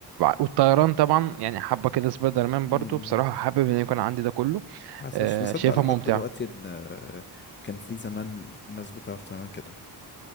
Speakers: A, on the right; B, on the left.
A: والطيران طبعا يعني حبه كده سبايدر مان
B: مم.
A: برضو بصراحه حابب ان يكون عندي ده كله
B: حاسس
A: آه،
B: مش مصدق
A: شايفها
B: لحد
A: ممتعه
B: دلوقتي ان آه، كان في زمان ناس بتعرف تعمل كده